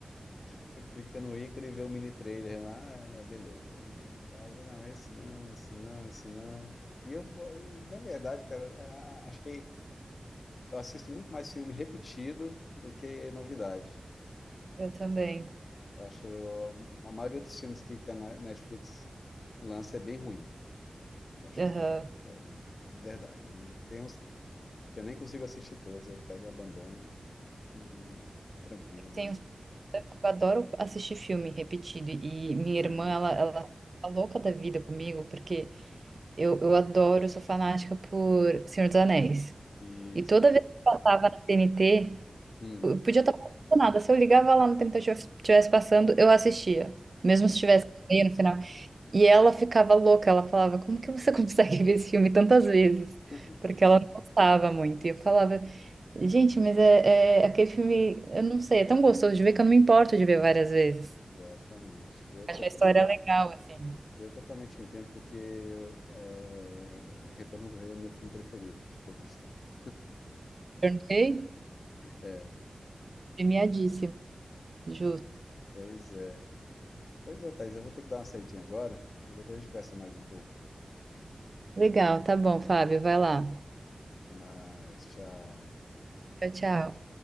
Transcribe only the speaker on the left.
Você clica no ícone e vê o mini trailer lá, ah, não, beleza. E, Aí, não, esse não, esse não, esse não. E eu, vou- e, na verdade, cara, a- a- acho que eu assisto muito mais filme repetido do que novidade.
Eu acho a maioria dos filmes que, que a Na- Netflix lança é bem ruim. Eu acho
ruim. eu, de verdade. Eu não tenho uns que eu nem consigo assistir todos. Eu pego e abandono e tranquilo.
Uhum.
E,
hum,
<laughs>
exatamente. Eu
tô com
Eu totalmente entendo, porque é, O Retorno do Rei é meu filme preferido de todos os tempos.
É,
pois é. Pois é, Thaís, eu vou ter que dar uma saidinha agora, e depois a gente conversa mais um pouco.
Até mais, tchau.